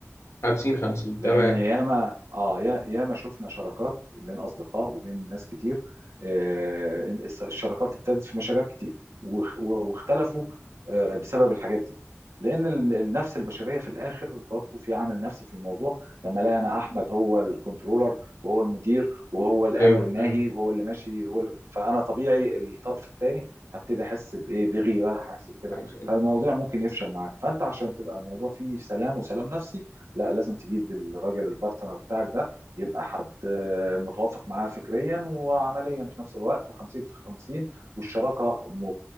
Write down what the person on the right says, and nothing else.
لان
ياما اه يا- ياما شفنا شراكات بين اصدقاء وبين ناس كتير آه، الس- الشراكات ابتدت في مشاريع كتير واخ- و- واختلفوا آه، بسبب الحاجات دي لان ال- النفس البشريه في الاخر برضه في عامل نفسي في الموضوع لما الاقي انا احمد هو الكنترولر وهو المدير وهو الامر
الناهي
وهو اللي ماشي هو اللي فانا طبيعي الطرف الثاني هبتدي احس بايه بغيره هحس بكده
فالموضوع ممكن يفشل معاك فانت عشان تبقى الموضوع فيه سلام وسلام نفسي لا لازم تجيب الراجل البارتنر بتاعك ده يبقى حد آه، متوافق معاه فكريا وعمليا في نفس الوقت و50 في 50 والشراكه م...